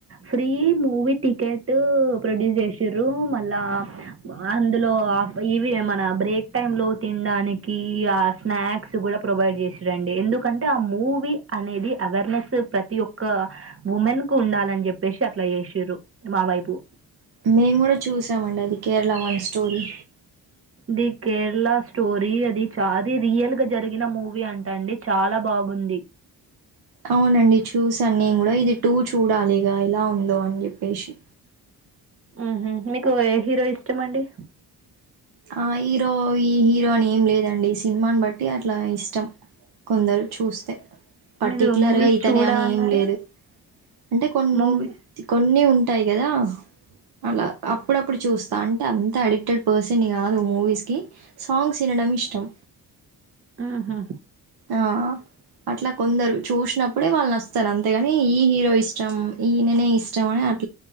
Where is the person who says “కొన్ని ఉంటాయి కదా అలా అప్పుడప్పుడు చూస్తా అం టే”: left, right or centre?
Right